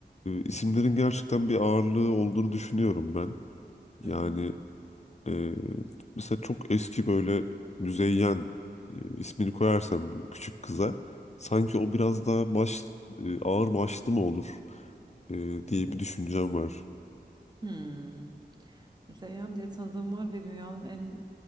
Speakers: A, on the left (about 40°); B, on the right (about 25°).
A: e, isimlerin gerçekten bir ağırlığı olduğunu düşünüyorum ben. Yani
B: Hı hı.
A: e, mesela çok eski böyle Müzeyyen e, ismini koyarsam bir küçük kıza sanki o biraz daha baş e, ağır başlı mı olur e, diye bir düşüncem var.
B: Hmm. Müzeyyen diye tanıdığım var ve dünyanın en